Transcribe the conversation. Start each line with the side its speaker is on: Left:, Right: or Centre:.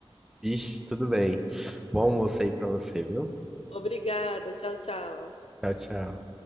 Centre: Vixe, tudo bem. Bom almoço aí pra você, viu?
Left: Obrigada, tchau, tchau.
Centre: Tchau, tchau.